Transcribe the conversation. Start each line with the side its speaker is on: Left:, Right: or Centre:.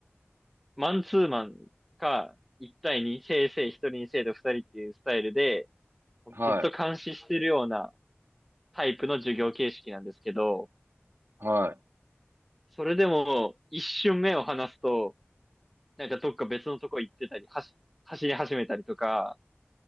Centre: マンツーマンか、一対にせいせい1人に生徒二人っていうスタイルで、
Right: は
Centre: ずっと監視してるようなタイプの授業形式なんですけど、
Right: い。は
Centre: それでも一瞬目を離すと、なんかどっか別のとこ行ってたり、走走り始めたりとか、